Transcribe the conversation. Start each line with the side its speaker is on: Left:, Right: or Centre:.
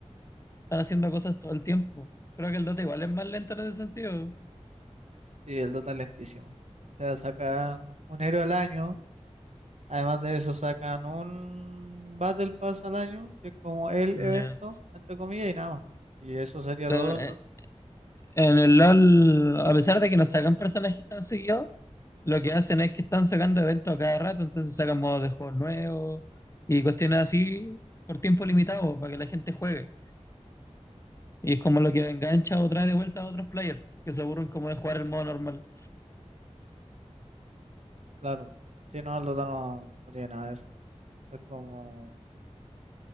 Left: Están haciendo cosas todo el tiempo. Creo que el Dota igual es más lento en ese sentido.
Right: Sí, el Dota es lentísimo. O sea, sacan un héroe al año Además de eso, sacan un Battle Pass al año, que es como el
Left: Ya.
Right: evento, entre comillas, y nada más. Y eso sería
Left: Pero,
Right: todo
Left: eh,
Right: el Dota,
Left: en el LOL, a pesar de que no sacan personajes tan seguidos, lo que hacen es que están sacando eventos a cada rato, entonces sacan modos de juegos nuevos y cuestiones así por tiempo limitado para que la gente juegue. Y es como lo que engancha o trae de vuelta a otros players que se aburren como de jugar el modo normal.
Right: claro. Si no, el Dota no, no tiene nada de eso. Es como